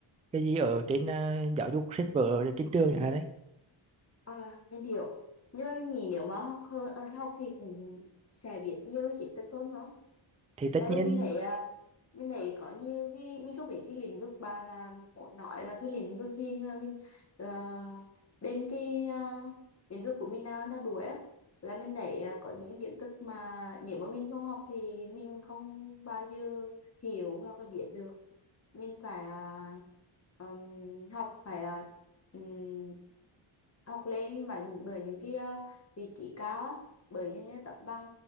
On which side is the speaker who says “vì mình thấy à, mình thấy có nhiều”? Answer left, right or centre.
Left